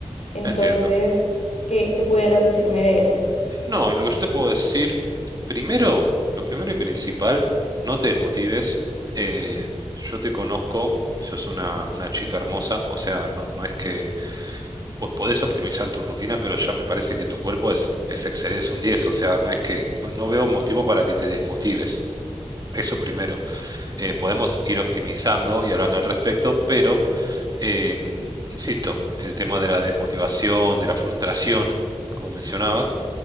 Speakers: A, on the left; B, on the right.
A: Entonces,
B: entiendo.
A: ¿qué, qué pudieras decirme de eso?
B: No, y lo que yo te puedo decir, primero, lo primero y principal, no te desmotives. eh, yo te conozco y sos una, una chica hermosa, o sea, no, no es que po- podés optimizar tu rutina, pero ya me parece que tu cuerpo es, es excelente, es un 10, o sea, no es que, no, no veo motivo para que te desmotives. Eso primero. Eh, podemos ir optimizando y hablando al respecto, pero Eh, insisto, el tema de la desmotivación, de la frustración, como mencionabas,